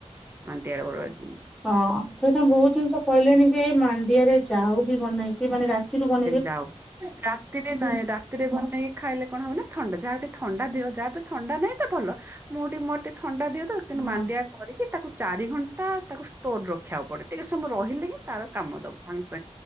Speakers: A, on the right; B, in the centre.
A: ମାଣ୍ଡିଆ ରେ ଗୋଳ <unintelligible>
B: ହଁ, ସେଇଟା ବହୁତ ଜିନିଷ କହିଲେଣି ଯେ, ମାଣ୍ଡିଆରେ ଯାଉ ବି ବନେଇକି, ମାନେ ରାତିରୁ ବନେ
A: ଯାଉ ରାତିରେ ନାଇଁ, ରାତିରେ ବନେଇକି ଖାଇଲେ କଣ ହବ ନା! ଥଣ୍ଡା, ଯାହାବି ଥଣ୍ଡା ଦିହ ଯାହାକୁ ଥଣ୍ଡା ନାହିଁ ତ ଭଲ! ମୁଁଟି ମୋର ଟିକେ ଥଣ୍ଡା ଦିହ ତ, କିନ୍
B: ହଁ
A: ମାଣ୍ଡିଆ କରିକି ତାକୁ ଚାରି ଘଣ୍ଟା ତାକୁ ଷ୍ଟୋର ରଖିଆକୁ ପଡେ। ଟିକେ ସମୟ ରହିଲେ ହିଁ ତାର କାମ ଦବ। ସାଙ୍ଗେ